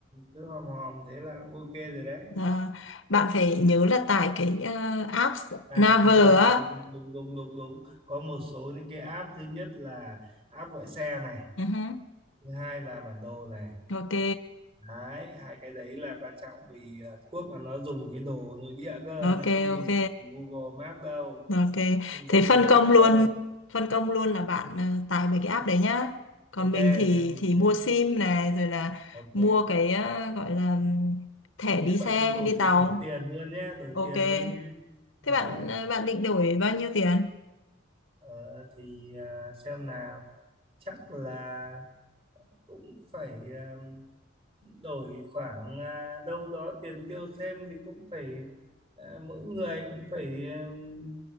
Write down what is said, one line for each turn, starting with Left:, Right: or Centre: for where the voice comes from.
Right: cứ hòm hòm thế là ok rồi đấy
Left: À, bạn phải nhớ là tải cái ờ, app
Right: à
Left: Naver
Right: đúng rồi đúng
Left: á.
Right: đúng đúng đúng đúng, đúng. có một số những cái app thứ nhất là app gọi xe này
Left: Ừ hứ,
Right: thứ hai là bản đồ này
Left: Ok.
Right: đấy hai cái đấy là quan trọng vì Hàn Quốc là nó dùng cái đồ nội địa cơ
Left: Ok
Right: nó không dùng
Left: ok.
Right: Google Maps đâu
Left: Ok,
Right: không
Left: thế
Right: có Grab
Left: phân công luôn,
Right: đâu
Left: phân công luôn là bạn ờ, tải mấy cái app đấy nhá. Còn
Right: ok
Left: mình thì
Right: thì mình
Left: thì mua
Right: sẽ
Left: sim này rồi là
Right: ok
Left: mua cái ờ, gọi là ừm, thẻ đi
Right: thế bạn
Left: xe,
Right: đổi
Left: đi tàu.
Right: đổi tiền luôn nhé đổi
Left: Ok.
Right: tiền luôn nhé à,
Left: Thế bạn ờ, bạn định đổi bao nhiêu tiền?
Right: ờ, thì à, xem nào chắc là cũng phải à, đổi khoảng à, đâu đó tiền tiêu thêm thì cũng phải à, mỗi người cũng phải um,